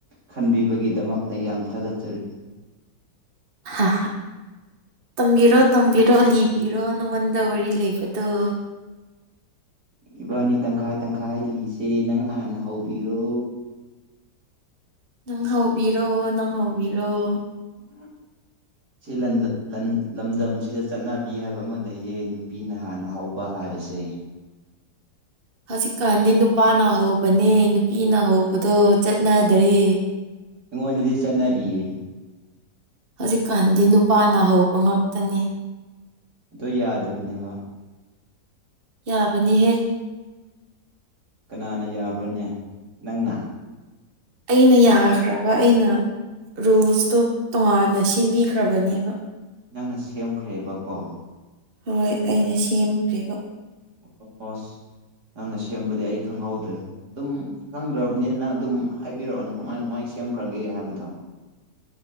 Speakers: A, on the right; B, on the right.
A: ꯈꯟꯕꯤꯕꯒꯤꯗꯃꯛ ꯇ ꯌꯥꯝ ꯊꯥꯒꯠꯆꯔꯤ
B: ꯑ ꯇꯝꯕꯤꯔꯣ ꯇꯝꯕꯤꯔꯣ ꯂꯤꯕꯤꯔꯣ ꯅꯪꯉꯣꯟꯗ ꯋꯥꯔꯤ ꯂꯩꯕꯗꯣ <inaudible>
A: ꯏꯕꯥꯅꯤ ꯇꯪꯈꯥꯏ ꯇꯪꯈꯥꯏ ꯂꯤꯁꯦ ꯅꯪ ꯍꯥꯟꯅ ꯍꯧꯕꯤꯔꯣ
B: ꯅꯪ ꯍꯧꯕꯤꯔꯣ ꯅꯪ ꯍꯧꯕꯤꯔꯣ <inaudible>
A: ꯎꯝ ꯁꯤ ꯂ ꯂꯝꯗꯝꯁꯤꯗ ꯆꯠꯅꯕꯤ ꯍꯥꯏꯕ ꯑꯃ ꯂꯩꯌꯦ ꯅꯨꯄꯤꯅ ꯍꯥꯟꯅ ꯍꯥꯎꯕ ꯍꯥꯏꯕ ꯕꯁꯤ
B: ꯍꯧꯖꯤꯛꯀꯥꯟꯗꯤ ꯅꯨꯄꯥꯅ ꯍꯧꯕꯅꯦ ꯅꯨꯄꯤꯅ ꯍꯧꯕꯗꯣ ꯆꯠꯅꯗ꯭ꯔꯦ
A: ꯑꯪꯉꯣꯟ ꯅꯗꯤ ꯆꯅꯔꯤꯌꯦ
B: ꯍꯧꯖꯤꯛꯀꯥꯟꯗꯤ ꯅꯨꯄꯥꯅ ꯍꯧꯕ ꯉꯛꯇꯅꯤ
A: ꯑ ꯌꯥꯗꯕꯅꯦꯕ
B: ꯌꯥꯕꯅꯤꯍꯦ
A: ꯀꯅꯥꯅ ꯌꯥꯕ꯭ꯔꯣꯅꯦ ꯅꯪꯅ
B: ꯑꯩꯅ ꯌꯥꯈ꯭ꯔꯕ ꯑꯩꯅ ꯔꯨꯜꯁꯇꯣ ꯇꯣꯉꯥꯟꯅ ꯁꯦꯝꯕꯤꯈ꯭ꯔꯕꯅꯦꯕ
A: ꯅꯪꯅ ꯁꯦꯝꯈ꯭ꯔꯦꯕꯀꯣ
B: ꯍꯣꯏ ꯑꯩꯅ ꯁꯦꯝꯈ꯭ꯔꯤꯕ
A: ꯁ ꯅꯪꯅ ꯁꯦꯝꯕꯗꯤ ꯑꯩ ꯈꯪꯍꯧꯗ꯭ꯔꯦ ꯑꯗꯨꯝ ꯈꯪꯗ꯭ꯔꯕꯅꯤꯅ ꯅꯪ ꯑꯗꯨꯝ ꯍꯥꯏꯕꯤꯔꯛꯑꯣꯅꯦ ꯀꯃꯥꯏ ꯀꯃꯥꯏꯅ ꯁꯦꯝꯈ꯭ꯔꯒꯦ ꯍꯥꯏꯕꯗꯣ